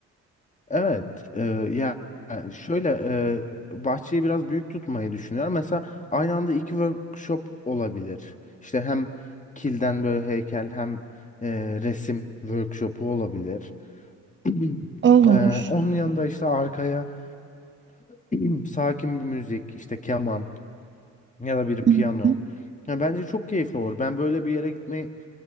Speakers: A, on the left; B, on the right.
A: Evet, e, ya yani şöyle e, bahçeyi biraz büyük tutmayı düşünüyorum. Mesela aynı anda iki workshop olabilir. İşte hem kilden böyle heykel hem e, resim workshopu olabilir. <clears throat>
B: Olur.
A: E, onun yanında işte arkaya <clears throat> sakin bir müzik, işte keman ya da bir
B: Hı
A: piyano.
B: hı.
A: Ya bence çok keyifli olur. Ben böyle bir yere gitmeyi